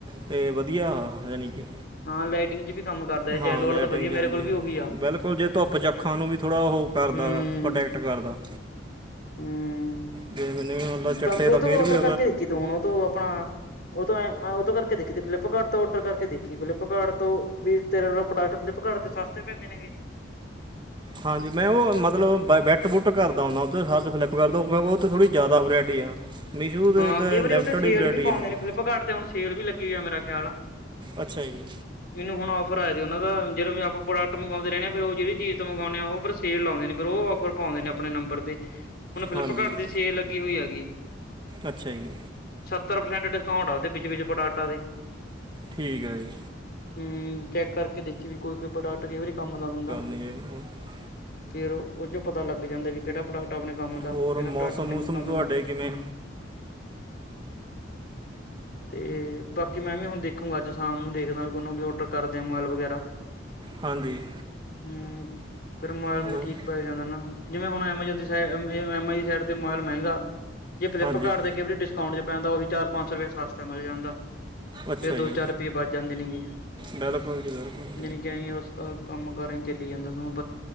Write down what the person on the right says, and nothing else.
ਅਤੇ ਵਧੀਆ, ਯਾਨੀ ਕਿ
ਹਾਂ
ਲਾਇਟ
ਜਾ।
ਜੀ
ਬਿਲਕੁਲ, ਜੇ ਧੁੱਪ ਚੱ ਅੱਖਾਂ ਨੂੰ ਵੀ, ਥੋੜਾ ਉਹ ਕਰਦਾ
ਹੈਗਾ। ਪ੍ਰੋਟੈਕਟ ਕਰਦਾ।
ਜੇ ਮੈਨੂੰ ਵੀ ਮਤਲਬ ਚੱਟੇ
ਦਾ
ਫੇਰ
ਵੀ
ਹਾਂਜੀ। ਮੈਂ ਉਹ, ਮਤਲ ਮਤਲਬ ਬੈਟ ਬੁਟ ਕਰਦਾ ਹੁੰਦਾ। ਸਰਚ ਫਲਿੱਪ ਕਰ ਦਿਉ, ਕਿਉਂਕਿ ਉਹ ਤਾਂ ਥੋੜੀ ਜ਼ਿਆਦਾ ਵਰਾਇਟੀ ਆ। ਮੀਸ਼ੂ ਦੇ
ਲਿਮਟਿਡ
ਹੀ ਵੈਰਾਈਟੀ
ਆ ਹਾਂਜੀ
ਅੱਛਾ ਜੀ।
ਹਾਂਜੀ
ਅੱਛਾ ਜੀ।
ਠੀਕ ਹੈ ਜੀ।
ਮ <unintelligible>
ਹੋਰ
ਮੌਸਮ
ਮੌਸਮ
ਤੁਹਾਡੇ
ਕਿਵੇਂ
ਹਾਂਜੀ।
ਹੋਰ
ਹਾਂਜੀ
ਅੱਛਾ
ਜੀ
ਬਿਲਕੁਲ ਜੀ ਬਿਲਕੁਲ